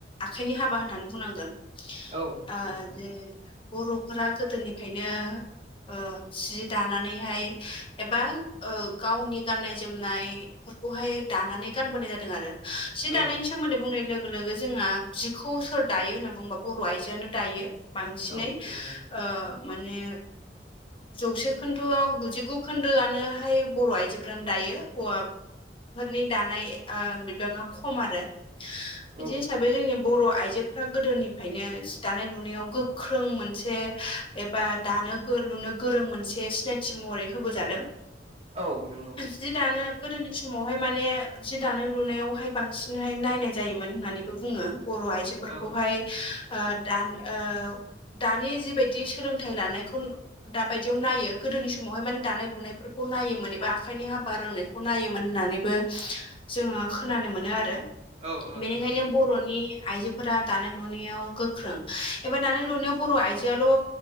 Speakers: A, on the left (about 30°); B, on the right (about 40°).
A: आखाइनि हाबा होननानै बुंनांगोन
B: औ
A: ओ
B: नंगौ
A: जे बर'फोरा गोदोनिफ्रायनो ओ जि दानानैहाय एबा ओ गावनि गाननाय-जोमनाय फोरखौहाय दानानै गानबोनाय जादों आरो। जि
B: औ
A: दानायनि सोमोन्दै बुंनाय लोगो लोगो जोंहा जिखौ सोर दायो होनना बुङोबा बर' आइजोआनो दायो बांसिनै
B: औ नंगौ
A: ओ माने जौसे खोन्दोआव गुजिगु खोन्दोआनोहाय बर' आइजोफ्रानो दायो हौवा फोरनि दानाय ओ बिबाङा खम आरो। बिदि
B: औ
A: हिसाबै जोंनि बर' आइजोफ्रा गोदोनिफ्रायनो दानाय-लुनायाव गोख्रों मोनसे एबा दानो लुनो गोरों मोनसे सिनायथि महरै होबोजादों।
B: औ नंगौ।
A: जि दानो गोदोनि समावहाय माने जि दानो लुनायावहाय बांसिनहाय नायनाय जायोमोन होननानैबो बुङो। बर' आइजोफोरखौहाय
B: औ
A: ओ दानि ओ दानि जिबादि सोलोंथाइ लानायखौ दा बायदियाव नायो गोदोनि समावहाय माने दानाय लुनायफोरखौ नायोमोन एबा आखाइनि हाबा रोंनायखौ खौ नायोमोन होननानैबो जोङो खोनानो मोनो आरो।
B: औ औ
A: बेनिखायनो
B: नंगौ नंगौ
A: बर'नि आइजोफोरा दानाय लुनायाव गोख्रों। दानाय-लुनायाव बर' आइजोआल' ओ